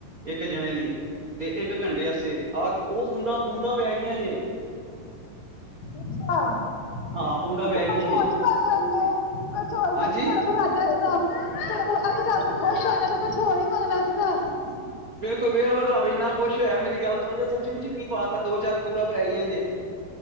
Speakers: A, on the right (about 85°); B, on the left (about 60°).
A: ਇੱਕ ਜਣੇ ਦੀ, ਤੇ ਇੱਕ ਘੰਟੇ ਵਾਸਤੇ ਆ ਉਹ ਬੂੰਦਾ ਬੂੰਦਾ ਪੈ ਗਈਆਂ ਜੇ
B: ਅੱਛਾ ਤੁਸੀਂ
A: ਹਾਂ ਬੂੰਦਾ ਪੈ ਗਈਆਂ
B: ਕੁਛ ਨ
A: ਜੇ
B: ਪਾ ਆਉਂਦੇ ਕੁਛ <unintelligible>
A: ਹਾਂਜੀ
B: ਤੁਹਾਡੇ ਕੋਲ ਰੱਬ ਖੁਸ਼ ਹੈਗਾ, ਤੇ ਕੁਛ ਹੋਰ ਨ ਪਾਣਾ ਸੀਗਾ।
A: ਹੂੰ ਬਿਲਕੁਲ ਵੇਖ ਲਓ ਰੱਬ ਇੰਨਾ ਖੁਸ਼ ਹੋਇਆ, ਮੇਰੀ ਗੱਲ ਸੁਣ ਕੇ ਸੱਚੀ ਮੁੱਚੀ ਮੀਂਹ ਪਾ ਤਾ, ਦੋ ਚਾਰ ਬੂੰਦਾਂ ਪੈ ਗਈਆਂ ਜੇ।